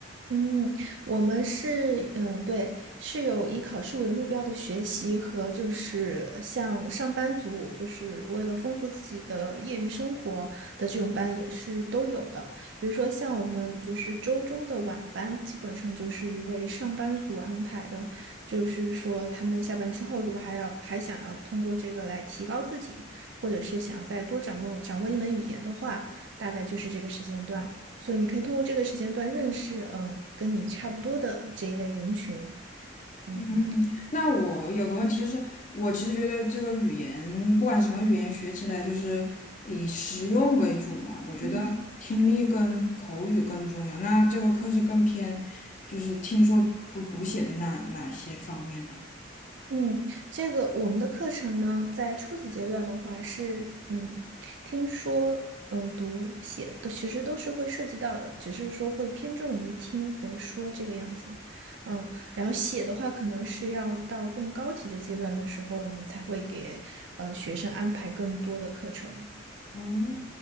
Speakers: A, on the right; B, on the left.
A: 嗯，我们是嗯，对，是有以考试为目标的学习和就是呃像上班族，就是为了丰富自己的业余生活的这种班也是都有的。比如说像我们就是周中的晚班，基本上就是为上班族安排的，就是说他们下班之后，如果还要还想要通过这个来提高自己，或者是想要再多掌握掌握一门语言的话，大概就是这个时间段。所以你可以通过这个时间段认识，嗯，跟你差不多的这一类人群，嗯
B: 嗯，那我有个问题，就是我其实觉得这个语言，不管什么语言，学起来就是以实用为主嘛。我觉得听力跟口语更重要。
A: 嗯
B: 那这个课是更偏，就是听说读读写的哪哪些方面呢？
A: 嗯，这个我们的课程呢，在初级阶段的话是，嗯，听说，嗯，读写的其实都是会涉及到的，只是说会偏重于听和说这个样子，嗯，然后写的话，可能是要到更高级的阶段的时候，我们才会给呃学生安排更多的课程。
B: 哦，